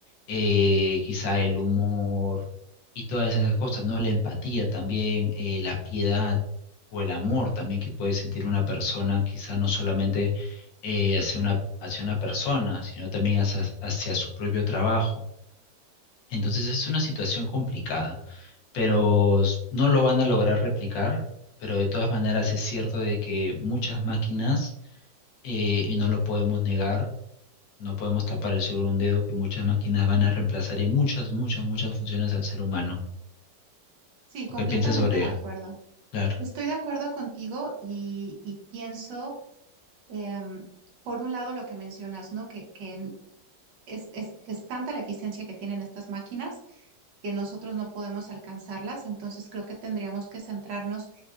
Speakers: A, on the left; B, on the right.
A: eh, quizá el humor y todas esas cosas, ¿no? La empatía también, eh, la piedad o el amor también que puede sentir una persona, quizá no solamente eh, hacia una, hacia una persona, sino también hacia hacia su propio trabajo. Entonces es una situación complicada, pero s- no lo van a lograr replicar, pero de todas maneras es cierto de que muchas máquinas, eh, y no lo podemos negar, no podemos tapar el sol con un dedo, que muchas máquinas van a reemplazar en muchas, muchas, muchas funciones al ser humano.
B: Sí, completamente
A: ¿O qué piensas sobre
B: de
A: ello?
B: acuerdo.
A: Claro.
B: Estoy de acuerdo contigo y, y pienso, em, por un lado, lo que mencionas, ¿no? Que, que en- es, es es tanta la eficiencia que tienen estas máquinas que nosotros no podemos alcanzarlas, entonces creo que tendríamos que centrarnos